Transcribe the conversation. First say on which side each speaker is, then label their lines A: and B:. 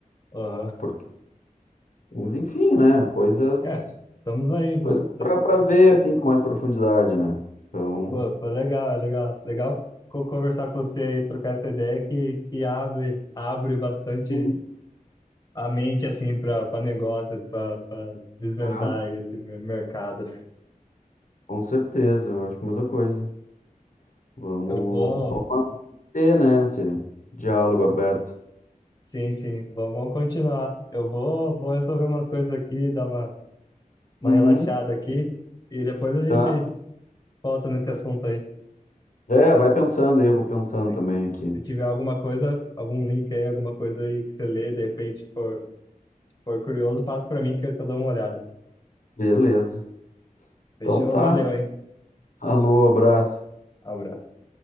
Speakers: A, on the left; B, on the left.
A: Aham.
B: Porque, mas enfim, né? Coisas,
A: É, estamos aí, vô.
B: coisas para ver assim com mais profundidade, né? Então,
A: pô, pô, legal, é legal. Legal co- conversar com você aí, trocar essa ideia que, que abre, abre bastante
B: Sim.
A: a mente, assim, para negócios, para desvendar
B: tá,
A: esse mer- mercado.
B: com certeza, eu acho a mesma coisa. Vamos,
A: Eu vou.
B: vamos manter, né, esse diálogo aberto.
A: Sim, sim, vamos, vamos continuar. Eu vou, vou resolver umas coisas aqui, dar uma, uma
B: Uhum,
A: relaxada aqui e depois a gente
B: tá.
A: volta nesse assunto aí.
B: É, vai pensando aí, eu vou pensando
A: Se,
B: também aqui.
A: se tiver alguma coisa, algum link aí, alguma coisa aí que você lê, de repente for, for curioso, passa para mim que eu que eu dou uma olhada.
B: Beleza.
A: Fechou?
B: Então tá.
A: Valeu, hein?
B: Alô, abraço.
A: Abraço.